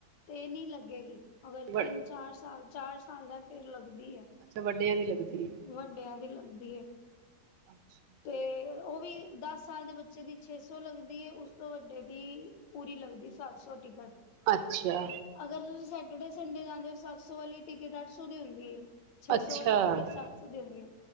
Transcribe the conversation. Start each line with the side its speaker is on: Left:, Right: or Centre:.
Left: ਤੇ ਨੀ ਲੱਗੇਗੀ ਅਗਰ
Right: ਵ
Left: ਤਿੰਨ ਚਾਰ ਸਾਲ ਚਾਰ ਆਂਦਾ ਫੇਰ ਲੱਗਦ ਦੀਯਾ
Right: ਅੱਛਾ ਵੱਡਿਆਂ ਦੀ ਲੱਗਦੀ
Left: ਵੰਡਿਆਂ ਦੀ ਲਗਦੀ ਹੈ
Right: ਅੱਛਾ
Left: ਤੇ ਉਹ ਵੀ ਦਸ ਸਾਲ ਦੇ ਬੱਚੇ ਦੀ ਛੇ ਸੌ ਲੱਗਦੀ ਏ ਉਸ ਤੋਂ ਵੱਡੇ ਦੀ ਪੂਰੀ ਲੱਗਦੀ ਸੱਤ ਸੌ ਟਿਕਟ
Right: ਅੱਛਾ
Left: ਅਗਰ ਤੁਸੀਂ ਸੈਟਰਡੇ ਸੰਡੇ ਜਾਂਦੇ ਹੋ ਸੱਤ ਸੌ ਵਾਲੀ ਟਿਕਟ ਅੱਠ ਸੌ ਦੀ ਹੁੰਦੀ ਹੈ ਛੇ
Right: ਅੱਛਾ
Left: ਸੌ ਵਾਲੀ ਟਿਕਟ ਸੱਤ ਸੌ ਹੁਂਦੀ ਆ